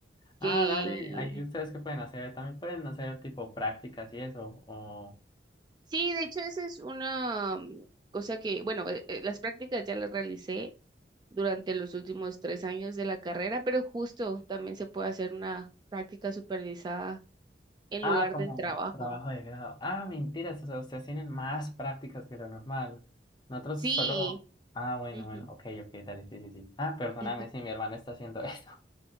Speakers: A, on the left; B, on the right.
A: Ah,
B: que
A: dale, ahí ustedes qué pueden hacer, también pueden hacer tipo prácticas y eso, o...
B: Sí, de hecho, esa es una mm, cosa que, bueno, eh, eh, las prácticas ya las realicé durante los últimos tres años de la carrera, pero justo también se puede hacer una práctica supervisada en
A: Ah,
B: lugar
A: como
B: del trabajo.
A: trabajo de grado. Ah, mentiras, o sea, ustedes tienen más prácticas que lo normal. Nosotros
B: Sí.
A: solo... Ah, bueno,
B: ujú.
A: bueno, ok, ok, dale, sí, sí, sí. Ah, perdóname
B: Y tú,
A: si mi hermano está haciendo <laughs> esto.